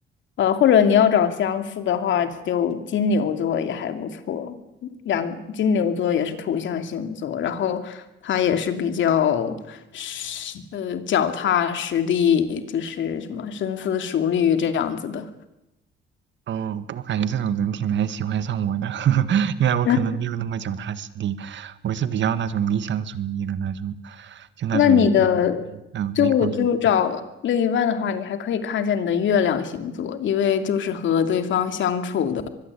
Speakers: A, on the left; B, on the right.
A: 呃，或者你要找相似的话，就金牛座也还不错。两金牛座也是土象星座，然后它也是比较实，呃，脚踏实地，就是什么深思熟虑这样子的。
B: 哦，不过感觉这种人挺难喜欢上我的，<laughs> 因为我可能没有那么脚踏实地，
A: 那
B: 我是比较那种理想主义的那种，就那种嗯
A: 那你的
B: 嗯、呃、
A: 就就找另一半的话，
B: 美好主义。
A: 你还可以看一下你的月亮星座，因为就是和对方相处的。